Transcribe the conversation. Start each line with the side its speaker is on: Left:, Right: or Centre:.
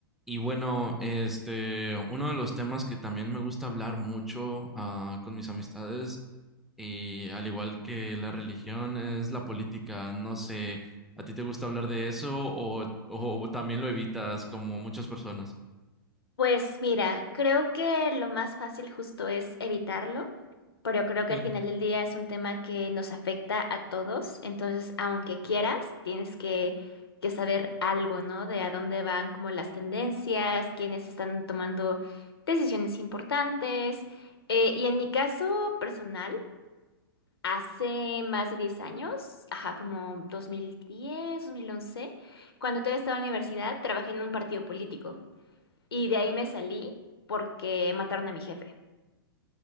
Centre: Y bueno, este, uno de los temas que también me gusta hablar mucho ah, con mis amistades, y al igual que la religión, es la política. No sé, ¿a ti te gusta hablar de eso o, o también lo evitas como muchas personas?
Left: Pues mira, creo que lo más fácil justo es evitarlo, pero creo que
Centre: Sí.
Left: al final del día es un tema que nos afecta a todos, entonces aunque quieras, tienes que, que saber algo, ¿no? De a dónde van como las tendencias, quiénes están tomando decisiones importantes. Eh, y en mi caso personal, hace más de 10 años, ajá, como dos dos mil diez, dos mil once, cuando todavía estaba en la universidad, trabajé en un partido político. Y de ahí me salí porque mataron a mi jefe.